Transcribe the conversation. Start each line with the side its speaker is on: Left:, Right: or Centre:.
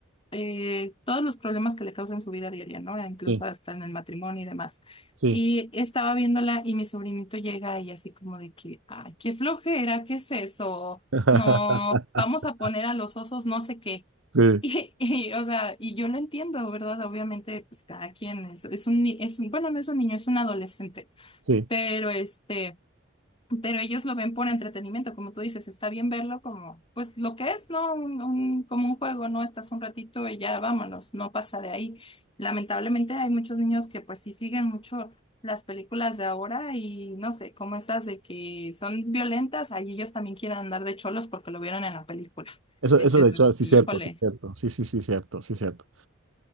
Left: eh, todos los problemas que le causan su vida diaria, ¿no? Incluso
Right: sí,
Left: hasta en el matrimonio y demás.
Right: sí.
Left: Y estaba viéndola y mi sobrinito llega y así como de que, ay, qué flojera, ¿qué es eso?
Right: <laughs>
Left: No, vamos a poner a los osos no sé qué. <laughs>
Right: Sí,
Left: Y, y, o sea, y yo lo entiendo, ¿verdad? Obviamente, pues cada quien es, es un, ni- es un, bueno, no es un niño, es un adolescente,
Right: sí.
Left: pero este pero ellos lo ven por entretenimiento, como tú dices, está bien verlo como, pues lo que es, ¿no? Un, un- como un juego, ¿no? Estás un ratito y ya vámonos, no pasa de ahí. Lamentablemente hay muchos niños que pues sí siguen mucho las películas de ahora y no sé, como esas de que son violentas, ahí ellos también quieren andar de cholos porque lo vieron en la película.
Right: Eso,
Left: Dices,
Right: eso de hecho, sí,
Left: híjole,
Right: cierto, sí, cierto. Sí, sí, sí, cierto, sí, cierto.